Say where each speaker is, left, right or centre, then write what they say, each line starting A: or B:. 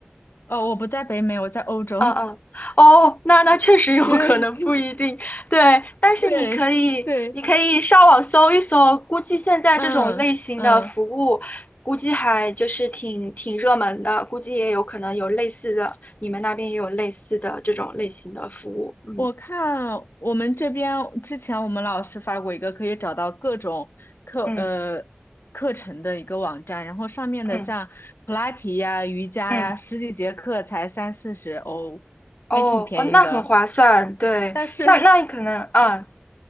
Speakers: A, on the left; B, on the left.
A: <laughs> 哦，我不在北美，我在欧洲。
B: 嗯嗯，哦，那那确实有可能不一定，
A: <laughs> 对 <laughs>，
B: 对，但是你可以你可以上网搜一搜，
A: 对，对，
B: 估计现在这种类型的服务，
A: 嗯嗯，
B: 估计还就是挺挺热门的，估计也有可能有类似的，你们那边也有类似的这种类型的服务，嗯
A: 我看我们这边之前我们老师发过一个可以找到各种课呃课程的一个网站，
B: 嗯
A: 然后上面的像普拉提呀、
B: 嗯
A: 瑜伽呀，
B: 嗯。
A: 十几节课才三四十欧，
B: 哦哦，
A: 还挺便宜的。
B: 那很划算，
A: <laughs>
B: 对，
A: 是。
B: 那那可能，嗯，